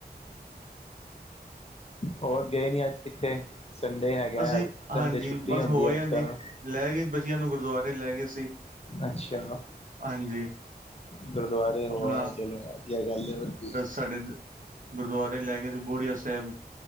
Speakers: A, on the left (about 40°); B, on the right (about 50°).
A: ਹੋਰ ਗਏ ਨੀ ਅੱਜ ਕਿੱਥੇ ਸੰਡੇ ਹੈਗਾ
B: ਅਸੀਂ
A: ਸੰਡੇ
B: ਹਾਂਜੀ
A: ਛੁੱਟੀ
B: ਬਸ
A: ਹੁੰਦੀ
B: ਹੋਏ
A: ਅੱਜ
B: ਆ
A: ਕੱਲ?
B: ਜੀ ਲੈ ਗਏ ਬੱਚੇਆਂ ਨੂੰ ਗੁਰਦੁਆਰੇ ਲੈ ਗਏ ਸੀ।
A: ਅੱਛਾ
B: ਹਾਂਜੀ
A: ਗੁਰਦੁਆਰੇ ਹੋ
B: ਆਪਣਾ
A: ਆਏ ਚਲੋ ਵਧੀਆ ਗੱਲ ਏ ਹੋਰ ਕੀ।
B: ਸਾਡੇ ਇੱਧ ਗੁਰੂਦੁਆਰੇ ਲੈ ਗਏ ਸੀ ਬੋੜੀਆ ਸਾਹਿਬ।